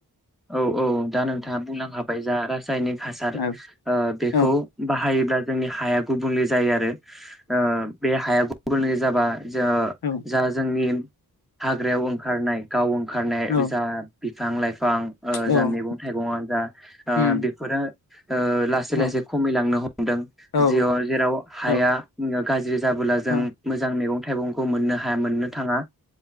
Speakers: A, in the centre; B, on the left.
A: औ औ दा नोंथाङा बुंलांखाबाय जा रा सायनिक हासार
B: औ
A: ओ बेखौ
B: औ
A: बाहायोब्ला जोंनि हाया गुबुंले जायो आरो। ओ बे हाया गु <unintelligible> जाबाय। जा
B: औ
A: जा जोंनि हाग्रायाव ओंखारनाय गाव ओंखारनाय
B: औ
A: जा बिफां लाइफां ओ
B: औ
A: जा मैगं थाइगंआनो जा ओ
B: उम
A: बेफोरो ओ लासै
B: औ
A: लासै खमिलांनो हमदों
B: औ
A: जियाव जेराव हाया
B: औ
A: गाज्रि जाबोला जों
B: औ
A: मोजां मैगं थाइगंखौ मोननो हाया मोननो थाङा।